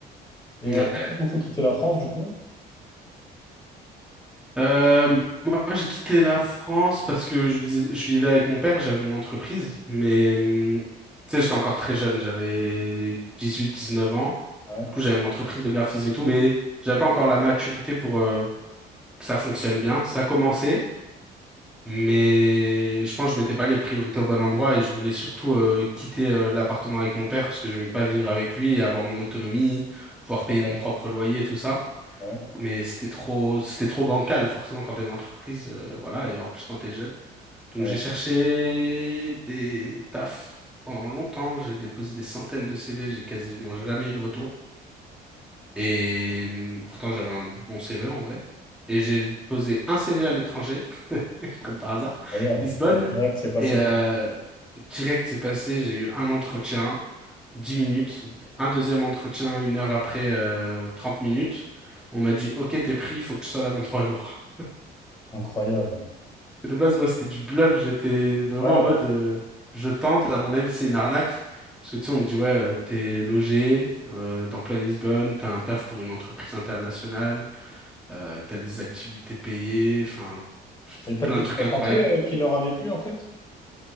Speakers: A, on the left; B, in the centre.
A: Et
B: Ouais.
A: euh, qu'est-ce qui vous fait quitter la France, du coup?
B: Euh, moi, j'ai quitté la France parce que je, vis- je vivais avec mon père, j'avais mon entreprise, mais hum, tu sais, j'étais encore très jeune, j'avais dix-huit, dix-neuf ans.
A: Ouais,
B: Du coup, j'avais mon entreprise de graphisme et tout, mais j'avais pas encore la maturité pour euh, que ça fonctionne bien. Ça commençait, mais je pense que je mettais pas les priorités au bon endroit et je voulais surtout euh, quitter euh, l'appartement avec mon père parce que j'aimais pas vivre avec lui et avoir mon autonomie, pouvoir
A: ouais,
B: payer mon
A: ouais,
B: propre loyer, tout ça.
A: ouais,
B: Mais c'était trop, c'était trop bancal, forcément, quand t'es une entreprise, euh, voilà, et en plus quand t'es jeune. Donc
A: ouais,
B: j'ai
A: c'est
B: cherché des tafs pendant longtemps, j'ai déposé des centaines de CV, j'ai quasiment jamais eu de retour. Et hum, pourtant j'avais un bon CV en vrai. Et j'ai posé un CV à l'étranger, <laughs> comme par hasard,
A: incroyable.
B: Lisbonne.
A: Et direct, c'est passé.
B: Et euh, direct c'est passé, j'ai eu un entretien, 10 minutes, un deuxième entretien une heure après, euh, 30 minutes. On m'a dit, OK, t'es pris, il faut que tu sois là dans trois jours.
A: Incroyable.
B: De base, moi, c'était du bluff. J'étais vraiment
A: Ouais,
B: en
A: ouais.
B: mode, euh, je tente. À mon avis, c'est une arnaque. Parce que tu sais, on te dit, ouais, euh, t'es logé euh, dans plein Lisbonne, t'as un taf pour une entreprise internationale, euh, t'as des activités payées, enfin,
A: C'est le fait
B: plein
A: que
B: de
A: tu
B: trucs
A: sois
B: incroyables.
A: français euh, qui leur avait plu, en fait?